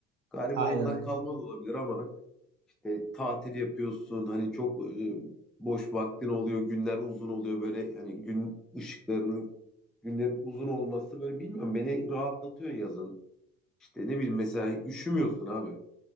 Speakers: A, in the centre; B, on the right (about 80°).
A: Galiba
B: <laughs> aynen
A: ondan
B: aynen.
A: kalmaz olabilir ama işte tatil yapıyorsun. Hani çok e, boş vaktin oluyor. Günler uzun oluyor böyle. Hani gün ışıklarının günlerin uzun olması böyle bilmiyorum. Beni rahatlatıyor yazın. İşte ne bileyim mesela üşümüyorsun abi.